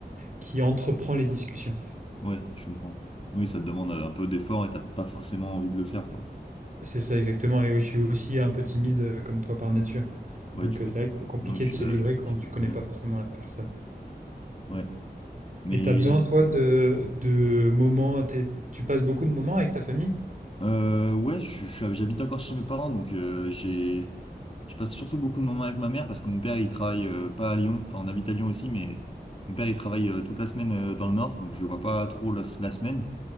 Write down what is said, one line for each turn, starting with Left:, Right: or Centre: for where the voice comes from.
Right: qui entreprend les discussions.
Left: ouais, je comprends. Oui, ça te demande euh, un peu d'effort et t'as pas forcément envie de le faire, quoi.
Right: C'est ça exactement. Et oui, je suis aussi un peu timide euh, comme toi par nature.
Left: Ouais,
Right: Donc
Left: tu préfères.
Right: euh, c'est vrai que c'est compliqué
Left: Non, je
Right: de
Left: suis,
Right: se
Left: euh,
Right: livrer
Left: du coup,
Right: quand
Left: je
Right: tu
Left: comprends
Right: connais
Left: bien.
Right: pas forcément la personne.
Left: Ouais. Mais
Right: Et tu as besoin, toi, de, de moments, t'es- tu passes beaucoup de moments avec ta famille?
Left: euh, ouais, je, je suis- j'habite encore chez mes parents, donc euh, j'ai, je passe surtout beaucoup de moments avec ma mère parce que mon père, il travaille euh, pas à Lyon. Enfin, on habite à Lyon aussi, mais mon père, il travaille euh, toute la semaine euh, dans le Nord, donc je le vois pas trop la, la semaine.